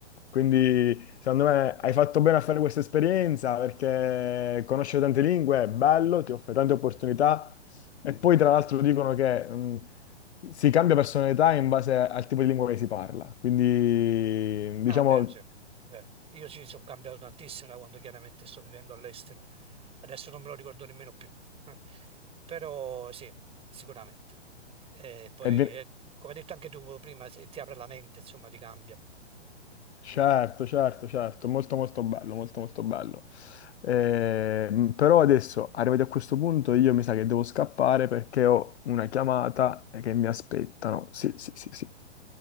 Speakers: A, on the left (about 70°); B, on the right (about 15°).
A: Quindi, secondo me, hai fatto bene a fare questa esperienza perché conoscere tante lingue è bello, ti offre tante opportunità e poi, tra l'altro, dicono che... mh, si cambia personalità in base al tipo di lingua che si parla. Quindi,
B: ah,
A: diciamo,
B: è vero, sì, è vero. Io ci sono cambiato tantissimo da quando chiaramente sto vivendo all'estero. Adesso non me lo ricordo nemmeno più. <laughs> Però sì, sicuramente. E poi,
A: è ve-
B: eh, come hai detto anche tu prima, se ti apre la mente, insomma, ti cambia.
A: certo, certo, certo, molto molto bello, molto molto bello. Ehm, però adesso, arrivati a questo punto, io mi sa che devo scappare perché ho una chiamata che mi aspettano. Sì, sì, sì, sì.